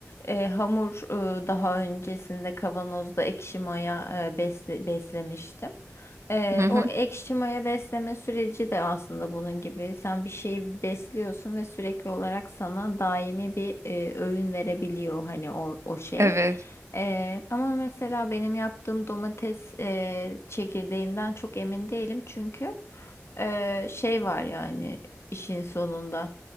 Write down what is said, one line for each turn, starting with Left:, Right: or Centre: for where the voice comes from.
Left: eee, hamur eee, daha öncesinde kavanozda ekşi maya eee, besle- beslemiştim. Eee,
Right: Hı hı.
Left: o ekşi maya besleme süreci de aslında bunun gibi. Sen bir şeyi besliyorsun ve sürekli olarak sana daimi bir eee, öğün verebiliyor hani o o şey.
Right: Evet.
Left: Eee, ama mesela benim yaptığım domates eee, çekirdeğinden çok emin değilim çünkü. Ee, şey var yani işin sonunda.